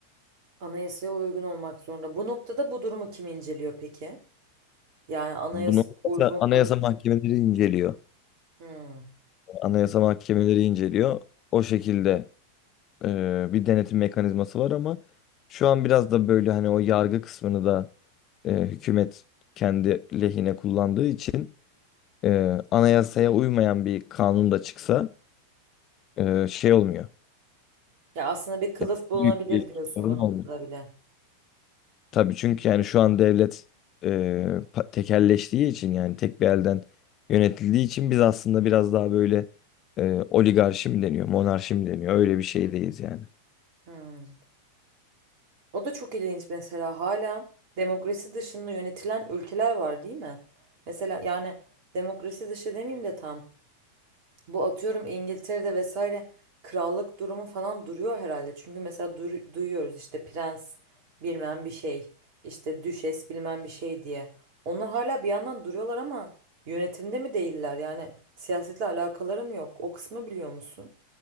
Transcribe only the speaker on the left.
Bunu
anayasa, anayasa
mahkemeleri inceliyor.
Anayasa mahkemeleri inceliyor. O şekilde e, bir denetim mekanizması var ama şu an biraz da böyle hani o yargı kısmını da e, hükümet kendi lehine kullandığı için e, anayasaya uymayan bir kanun da çıksa e, şey olmuyor.
Yani
büyük bir
sorun
olmuyor.
Tabii çünkü yani şu an devlet e, pa- tekelleştiği için yani tek bir elden yönetildiği için biz aslında biraz daha böyle e, oligarşi mi deniyor, monarşi mi deniyor öyle bir şeydeyiz yani.